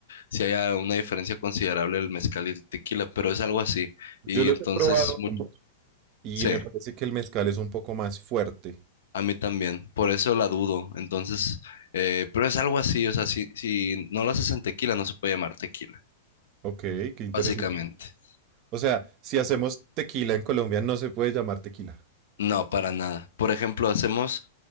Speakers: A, on the left; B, on the right.
A: si haya una diferencia considerable del mezcal y el tequila, pero es algo así. Y
B: Yo los
A: entonces,
B: he probado
A: mu-
B: ambos y
A: sí.
B: me parece que el mezcal es un poco más fuerte.
A: A mí también, por eso la dudo. Entonces, eh, pero es algo así, o sea, si, si no lo haces en tequila, no se puede llamar tequila,
B: Ok, qué interesante.
A: básicamente.
B: O sea, si hacemos tequila en Colombia no se puede llamar tequila.
A: No, para nada. Por ejemplo, hacemos